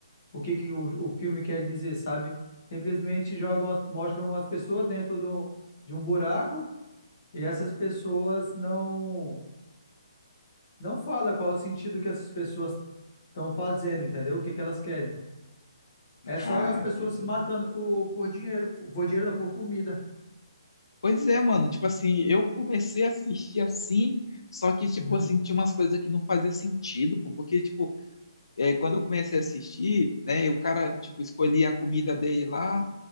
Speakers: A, on the left; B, on the left.
A: o que que o, o filme quer dizer, sabe? Simplesmente jogam, a- mostram as pessoas dentro do, de um buraco e essas pessoas não não fala qual é o sentido que essas pessoas estão fazendo, entendeu? O que que elas querem? É só
B: Ah,
A: as pessoas
B: entendi.
A: se matando por, por dinheiro, por, por dinheiro, não, por comida.
B: Pois é, mano, tipo assim, eu comecei a assistir assim, só que, tipo
A: Uhum,
B: assim, tinha umas coisas que não fazia sentido, pô, porque, tipo, é, quando eu comecei a assistir, né, o cara, tipo, escolhia a comida dele lá,